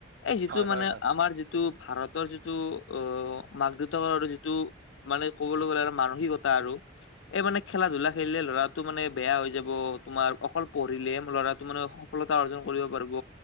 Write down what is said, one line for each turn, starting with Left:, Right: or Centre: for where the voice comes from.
Left: এই যিটো
Right: হয় হয়
Left: মানে
Right: হয়
Left: আমাৰ যিটো- ভাৰতৰ যিটো আহ মাক দেউতাকৰ যিটো- মানে ক'বলৈ গ'লে আৰু মানসিকতা আৰু- এই মানে খেলা ধূলা খেলিলে ল'ৰাটো মানে বেয়া হৈ যাব তোমাৰ- অকল পঢ়িলে ল'ৰাটো মানে সফলতা অৰ্জন কৰিব- ৰিব